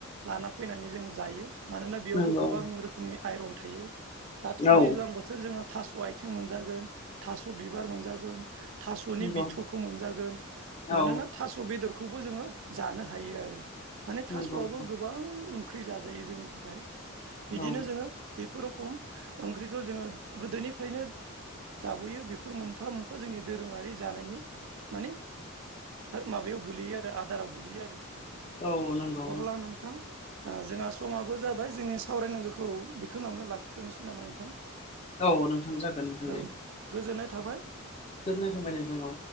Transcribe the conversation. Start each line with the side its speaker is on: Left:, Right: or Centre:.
Right: लाना फैनानै जोङो जायो। मानोना बेयावबो
Left: नंगौ
Right: गोबां रोखोमनि आइरन थायो दाथ
Left: औ
Right: दैज्लां बोथोर जोङो- थास आथिं मोनजागोन थास- बिबार मोनजागोन थासनि
Left: नंगौ
Right: बिथखौ मोनजागोन मानोना
Left: औ
Right: थास बेदर- खौबो जोङो जानो हायो आरो माने
Left: नंगौ
Right: थासआबो
Left: नंगौ
Right: गोबां ओंख्रि जाजायो जोंनि थाखाय। बिदिनो
Left: औ
Right: जोङो बेफोरो खम ओंख्रिखौ जोङो गोदोनिफ्रायनो- जाबोयो बेफोर मोनफा मोनफा जोंनि दोरोङारि जानायनि माने- माबायाव गोलैयो आरो आदाराव गोलैयो आरो। अब्ला
Left: औ नंगौ
Right: नोंथां आ जोंहा समाबो- जाबाय जोंनि सावरायनांगौखौ बिखिनिआवनो लाखिथनोसै नामा नोंथां?
Left: औ नोंथां जागोन नोंथां
Right: औ
Left: दे।
Right: गोजोननाय थाबाय
Left: गोजोननाय थाबाय नोंथां औ।